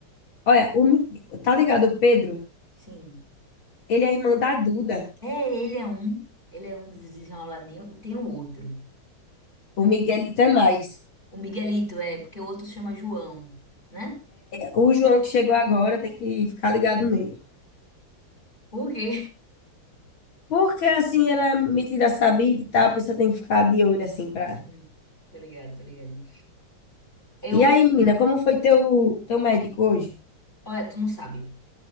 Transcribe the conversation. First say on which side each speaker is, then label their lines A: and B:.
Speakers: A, on the left; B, on the left.
A: olha, o, Mi- tá ligado, o Pedro?
B: Sim.
A: Ele é irmão da Duda,
B: É, ele é um, ele é um dos desenroladinhos e tem o outro.
A: o Miguelito é mais.
B: O Miguelito é, porque o outro se chama João, né?
A: O João que chegou agora tem que ficar ligado nele.
B: Por quê?
A: Porque assim, ele é metida sabida e tal, a pessoa tem que ficar de olho assim pra.
B: Uhum. Tô ligado, tô ligado. Eu,
A: E aí, menina, como foi teu, teu médico hoje?
B: olha, tu não sabe.